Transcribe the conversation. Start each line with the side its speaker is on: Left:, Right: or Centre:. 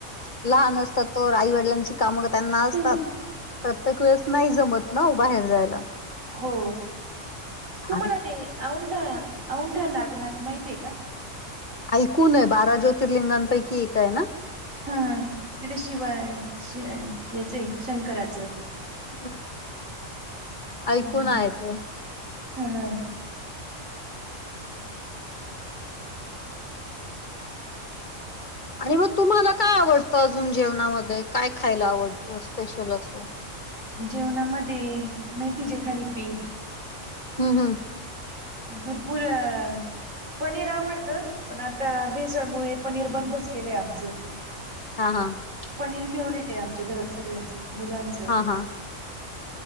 Left: लहान असतात तोवर आईवडिलांची कामं कां त्यांना असतात,
Right: ते
Left: प्रत्येक वेळेस नाही जमत ना बाहेर जायला.
Right: हो तुम्हाला
Left: आणि
Right: ते औंढा, औंढा नागनाथ माहितीय का?
Left: ऐकूूनये बारा ज्योतिर्लिंगांपैकी एक आहे ना?
Right: हा तिथं शिवा-शी याचं आहे शंकराचं.
Left: हा! ऐकून
Right: हम्म हम्म
Left: आहे तो.
Right: हा हा
Left: आणि म तुम्हाला काय आवडतं अजून जेवणामध्ये काय खायला आवड तो स्पेशल असतो.
Right: जेवणामध्ये मेथीचे थालीपीठ.
Left: हूं हूं!
Right: भरपूरअ. पनीर आवडत, पण आता भेसळमुळे पनीर बंदच केलंय आमचं.
Left: हा हा!
Right: पनीर फेवरेट आहे आमच्या घरात, सगळ्यांचं मुलांच.
Left: हा हा!